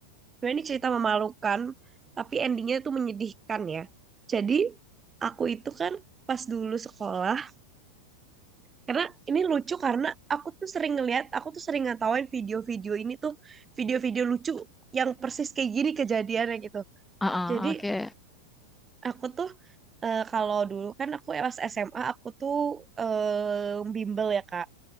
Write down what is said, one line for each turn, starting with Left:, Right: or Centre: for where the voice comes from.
Right: sebenarnya ini cerita memalukan, tapi endingnya itu menyedihkan ya. Jadi, aku itu kan pas dulu sekolah, karena ini lucu karena aku tuh sering ngeliat, aku tuh sering ngatawain video-video ini tuh, video-video lucu yang persis kayak gini kejadiannya gitu.
Centre: ah ah,
Right: Jadi
Centre: ah, oke
Right: Aku tuh eh, kalau dulu kan aku pas SMA aku tuh eh, bimbel ya Kak.